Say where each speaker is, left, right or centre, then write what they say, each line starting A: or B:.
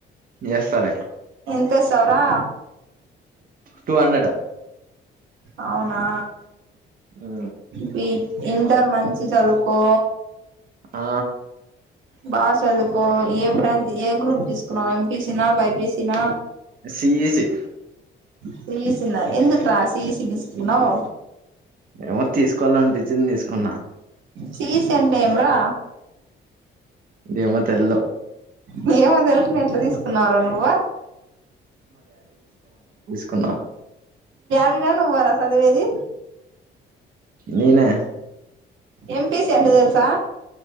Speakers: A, on the right; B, on the right.
A: ఎస్తాలే
B: ఎంతెస్తావ్ రా
A: టూ హండ్రెడ్
B: అవునా
A: ఆ
B: బి ఇంటర్ మంచి చదువుకో
A: ఆ
B: బాగా చదుకో ఏ బ్రాంచ్ ఏ గ్రూప్ తీసుకున్నావు ఎంపీసిన బైపిసిన
A: సిఈసి
B: సిఈసీ నా ఎందుకు రా సీఈసి తీసుకున్నావ్
A: ఏమో తీసుకోవాలనిపించింది తీసుకున్నా
B: సీఈసీ అంటే ఏం రా
A: ఏమో తెల్దు
B: మేమో తెలిసిన ఎట్లా తీసుకున్నవు రా నువ్వు
A: కున్న
B: నేనా నువ్వు రా సదివేది
A: నినే
B: ఎంపిసి అంటే తెలుసా